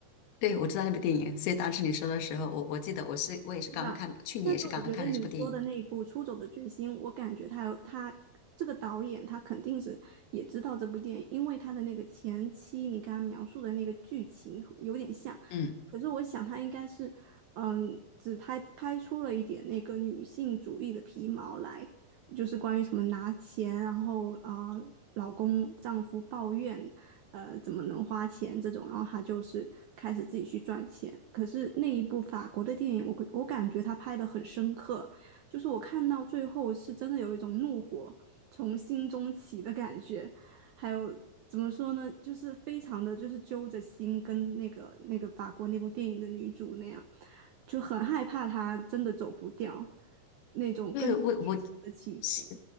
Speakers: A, on the left (about 80°); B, on the right (about 75°).
A: 对我知道那部电影，所以当时你说的时候，我我记得我是我也是刚看，
B: 对吧？
A: 去年也是刚看了这部电影。
B: 但是我觉得你说的那一部《出走的决心》，我感觉他有他这个导演他肯定是也知道这部电影，因为他的那个前期你刚刚描述的那个剧情有点像，
A: 嗯。
B: 可是我想他应该是嗯，只拍拍出了一点那个女性主义的皮毛来，就是关于什么拿钱，然后啊、呃老公丈夫抱怨呃怎么能花钱这种，然后他就是开始自己去赚钱。可是那一部法国的电影，我我感觉他拍的很深刻，就是我看到最后是真的有一种怒火从心中起的感觉，还有。怎么说呢？就是非常的就是揪着心，跟那个那个法国那部电影的女主那样，就很害怕她真的走不掉那种跟着剧情的起伏。
A: 对，我我是